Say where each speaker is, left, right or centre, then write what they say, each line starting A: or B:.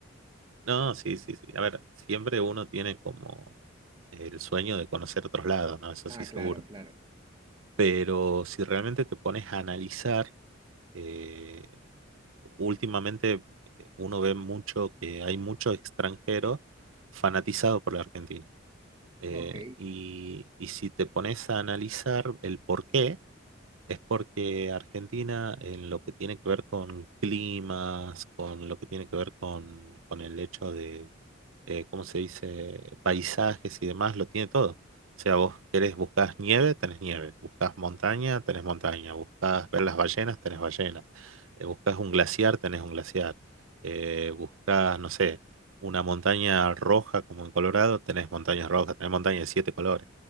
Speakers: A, on the right; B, on the right.
A: no, sí, sí, sí. A ver, siempre uno tiene como el sueño de conocer otros lados, ¿no? Eso sí,
B: Ah,
A: seguro.
B: claro, claro.
A: Pero si realmente te pones a analizar, eh, últimamente eh, uno ve mucho que hay mucho extranjero fanatizado por la Argentina. Eh,
B: Ok,
A: y, y si te pones a analizar el porqué Es porque Argentina, en lo que tiene que ver con climas, con lo que tiene que ver con, con el hecho de, eh, ¿cómo se dice?, paisajes y demás, lo tiene todo. O sea, vos querés, buscas nieve, tenés nieve. Buscas montaña, tenés montaña. Buscas ver las ballenas, tenés ballenas. Eh, buscas un glaciar, tenés un glaciar. Eh, buscas, no sé, una montaña roja como en Colorado, tenés montañas rojas, tenés montañas de siete colores.